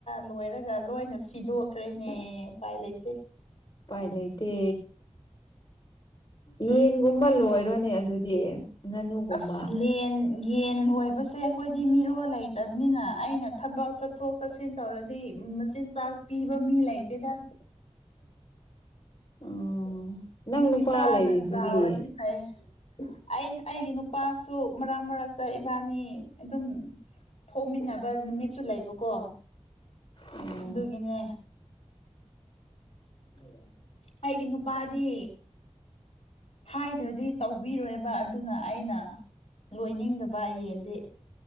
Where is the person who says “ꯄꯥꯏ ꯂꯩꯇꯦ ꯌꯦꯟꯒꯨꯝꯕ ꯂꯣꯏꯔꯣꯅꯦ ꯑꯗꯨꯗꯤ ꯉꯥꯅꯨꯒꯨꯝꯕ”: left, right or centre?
Left